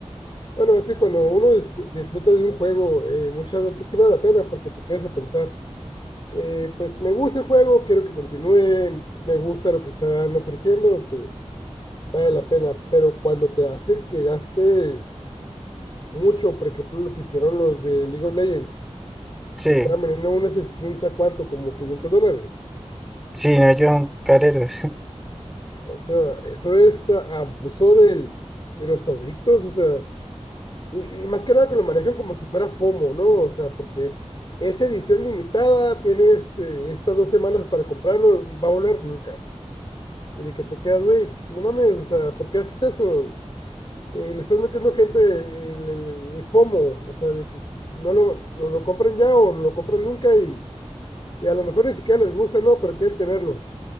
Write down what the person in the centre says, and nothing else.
Sí,
sí, no, yo son careros. <laughs>